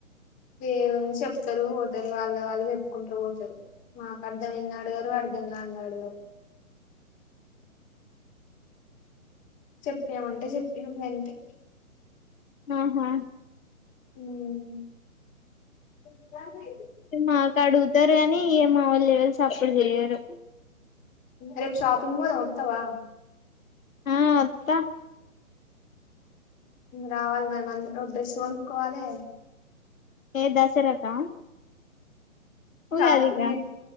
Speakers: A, on the left (about 20°); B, on the left (about 65°).
A: ఏముంది చెప్తరు పోతరు వాళ్ళది వాళ్ళు చెప్పుకుంటరు పోతరు మాకు అర్ధం అయ్యిందా అడగరు అర్ధం కానిది అడగరు చెప్పినమంటె చెప్పినం అంతే.
B: ఆహా
A: ఆమ్-
B: మాకు అడుగుతారు గాని ఏ మా వాళ్ళు ఎవరు సప్పుడు చేయరు
A: రేపు షాపింగ్ పోదాం వత్తవా
B: ఆ వత్తా
A: రావాలి మరి మ ఒక డ్రెస్ కొనుక్కోవాలే
B: ఏ దసరకా ఉగాదిక
A: కాదు దీప్